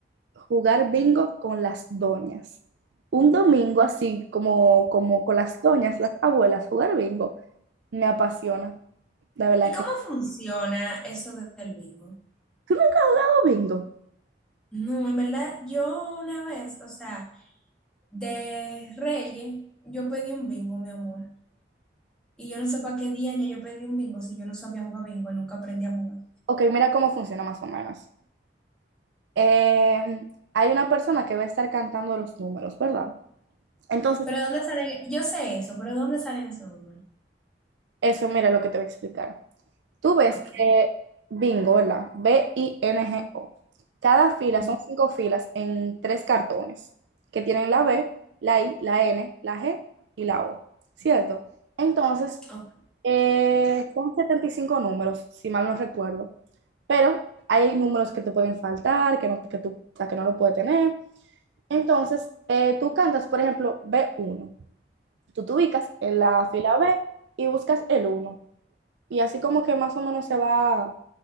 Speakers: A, on the right (about 85°); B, in the centre.
A: Jugar bingo con las doñas. Un domingo así, como, como con las doñas, las abuelas, jugar bingo, me apasiona, la verdad
B: ¿Y cómo
A: que...
B: funciona eso de- del bingo?
A: ¿Tú nunca has jugado bingo?
B: No, en verdad, yo una vez, o sea, de Reyes, yo pedí un bingo, mi amor. Y yo no sé para qué día yo pedí un bingo si yo no sabía jugar bingo y nunca aprendí a jugar.
A: Ok, mira cómo funciona más o menos. Eh, hay una persona que va a estar cantando los números, ¿verdad? Entonces,
B: Pero ¿de ¿dónde salen? Yo sé eso, pero ¿de ¿dónde salen esos números?
A: eso, mira lo que te voy a explicar. Tú ves
B: Ok.
A: que bingo, ¿verdad? B-I-N-G-O. Cada fila
B: Ujú,
A: son cinco filas en tres cartones que tienen la B, la I, la N, la G y la O, ¿cierto? Entonces,
B: ok.
A: eh, son 75 números, si mal no recuerdo, pero hay números que te pueden faltar, que no, que tú, o sea, que no lo puedes tener. Entonces, eh, tú cantas, por ejemplo, b uno Tú te ubicas en la fila B y buscas el uno Y así como que más o menos se va